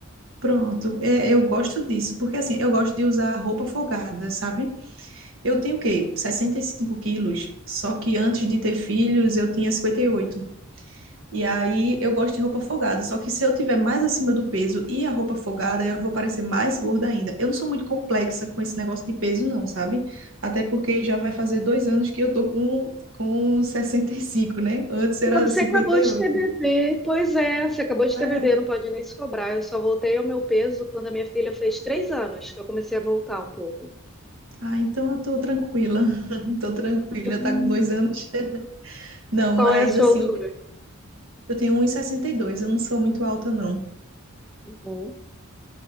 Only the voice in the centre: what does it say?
Mas você
acabou de ter bebê, pois é, você acabou de
ter bebê, não pode nem se cobrar. Eu só voltei ao meu peso quando a minha filha fez três anos, que eu comecei a voltar um pouco.
Sim.
Qual
é a sua
altura?
Uhum.